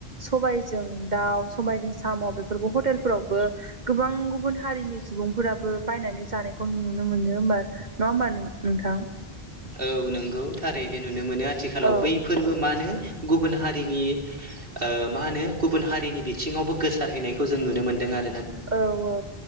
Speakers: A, on the right; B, on the right.
A: सबायजों दाव सबायजों साम' बेफोरखौ हटेलफोरावबो गोबां गुबुन हारिनि सुबुंफोराबो बायनानै जानायखौ नुनो मोनो होमबा नङा होमबा नोंथां?
B: औ नंगौ थारैनो नुनो मोनो। आथिखालाव
A: औ
B: बै फोरबो मानो गुबुन हारिनिओ मा होनो गुबुन हारिनि बिथिङावबो गोसारहैनायखौ जों नुनो मोनदों आरो।
A: औ औ।